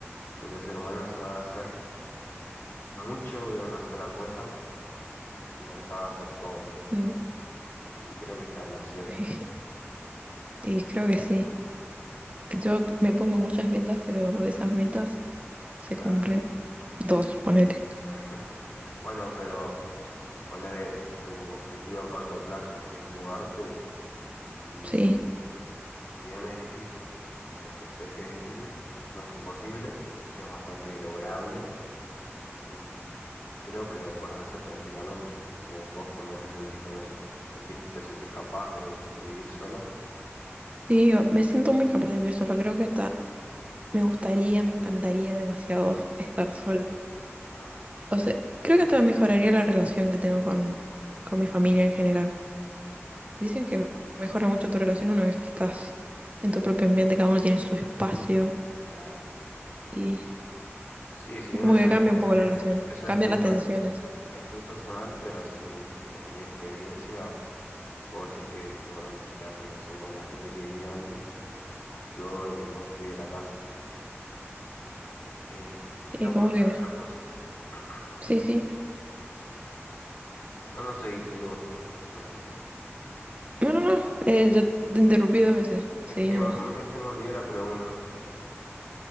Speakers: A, on the left (about 65°); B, on the right (about 30°).
A: porque el ser humano sabe hacer mucho de una sola cosa y no sabe hacer todo.
B: sí.
A: Y creo que está en lo cierto,
B: <laughs> Y creo que sí. Yo me pongo muchas metas, pero de esas metas se
A: claro.
B: cumplen dos, ponete.
A: <laughs> Bueno, pero poner eh, tu objetivo a corto plazo, que es mudarte, mm,
B: Sí.
A: si bien es difícil, porque sé que es difícil, no es imposible, es bastante lograble y, y creo que lo puedes hacer tranquilamente. ¿Vos, vos cómo te sentís con eso? ¿Sentís, te sentís capaz de, de vivir sola?
B: Sí, o- me siento muy capaz de vivir sola. Creo que hasta me gustaría, me encantaría demasiado <laughs> estar sola.
A: mira
B: O sea, creo que hasta mejoraría la relación que tengo con, con mi familia en general. Dicen que mejora mucho tu relación una vez que estás en tu propio ambiente, cada uno tiene su espacio
A: claro.
B: y,
A: Sí, si bien
B: y como
A: eso
B: que
A: es,
B: cambia
A: es-
B: un poco
A: es-
B: la relación,
A: eso
B: cambian
A: es muy,
B: las
A: pa-
B: tensiones.
A: es muy personal, pero sí, en mi experiencia puedo decir que mejoró mucho la relación con la gente que vivía antes, luego de que me fui de la casa. Em, te
B: Y
A: iba a
B: como
A: preguntar
B: que,
A: otra cosa. <clears throat>
B: sí, sí.
A: No, no, seguí, seguí vos. Lo siento.
B: No, no, no, eh, ya te interrumpí dos veces. Seguí
A: Es que,
B: nomás.
A: me- me- es que me olvidé la pregunta,